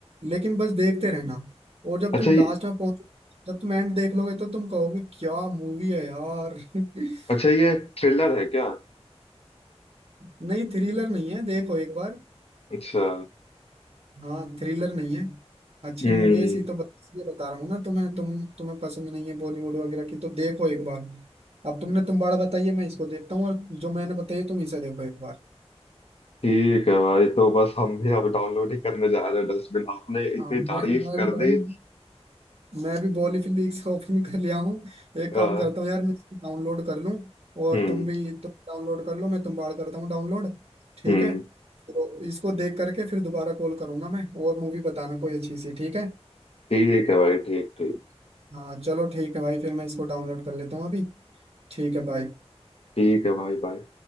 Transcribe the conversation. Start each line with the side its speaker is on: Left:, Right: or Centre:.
Right: लेकिन बस देखते रहना और जब
Left: अच्छा
Right: तुम
Left: ये
Right: लास्ट में पहुंचो जब तुम एंड देख लोगे तो तुम कहोगे क्या मूवी है यार <laughs>
Left: अच्छा ये थ्रिलर है क्या
Right: नहीं थ्रिलर नहीं है देखो एक बार
Left: अच्छा
Right: हाँ थ्रिलर नहीं है अच्छी
Left: हम्म
Right: मूवी है इसी तो बत, इसलिए बता रहा हूँ ना तुम्हें तुम तुम्हें पसंद नहीं है बॉलीवुड वगैरह की तो देखो एक बार अब तुमने तुम बाड़ा बताइए मैं इसको देखता हूँ और जो मैंने बताई तुम इसे देखो एक बार
Left: ठीक है भाई तो बस हम भी अब डाउनलोड ही करने जा रहे हैं डस्टबिन आपने इतनी
Right: हाँ मैं
Left: तारीफ
Right: मैं
Left: कर
Right: भी भाई
Left: दी
Right: मैं भी बॉली फिलिक्स ओपन कर लिया हूँ
Left: अ,
Right: एक काम करता हूँ यार मैं इसको डाउनलोड कर लूँ और
Left: हम्म
Right: तुम भी तुम डाउनलोड कर लो मैं तुम बाड़ करता हूँ डाउनलोड ठीक
Left: हम्म
Right: है तो इसको देख करके फिर दोबारा कॉल करूंगा मैं और मूवी बताना कोई अच्छी सी ठीक है
Left: ठीक है भाई ठीक ठीक
Right: हाँ चलो ठीक है भाई फिर मैं इसको डाउनलोड कर लेता हूँ अभी ठीक है भाई
Left: ठीक है भाई बाय